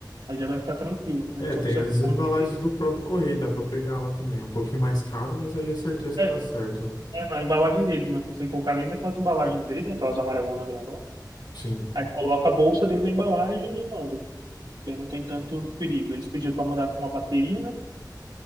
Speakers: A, on the right (about 75°); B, on the left (about 85°).
A: Aí já vai ficar tranquilo. A
B: É,
A: gente
B: tem
A: só precisa
B: as embalagens
A: colocar dentro.
B: do próprio correio, dá pra pegar lá também. É um pouquinho mais caro, mas aí é certeza que
A: É,
B: dá certo, né?
A: é na embalagem deles, mas pensei que colocar dentro daquelas embalagens deles, aquelas amarelonas grandonas.
B: Sim,
A: Aí coloca a bolsa dentro da embalagem e manda. Aí não tem tanto perigo. Eles pediram para mandar com uma bateria, né?